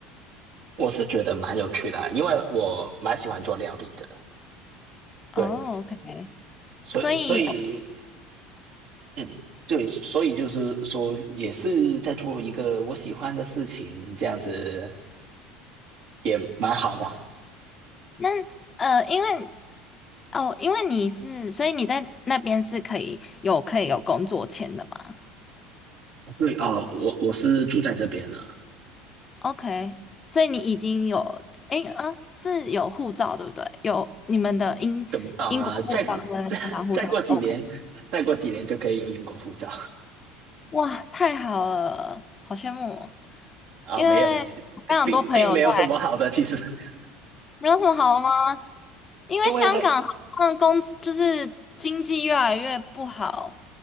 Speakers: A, on the right; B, on the left.
A: 我是觉得蛮有趣的啊因为我蛮喜欢做料理的。
B: 哦，OK，
A: 对，所以所以
B: 所以
A: 嗯，对，所以就是说，也是在做一个我喜欢的事情，这样子也蛮好的。
B: 那呃，因为哦，因为你是，所以你在那边是可以有可以有工作签的吗
A: 对啊，哦我我是住在这边了，
B: ？OK，所以你已经有，诶，嗯、呃是有护照对不对？有你们的英英国护照跟芬兰护照，OK。
A: 等啊、呃再再再过几年，再过几年就可以有英国护照
B: 哇，太好了，好羡慕哦！
A: 啊、
B: 因为非常多朋友在，
A: 没有，其并并没有什么好的，其实，<laughs>
B: 没有什么好吗？因为香港好像工就是经济越来越不好，
A: 因为呢，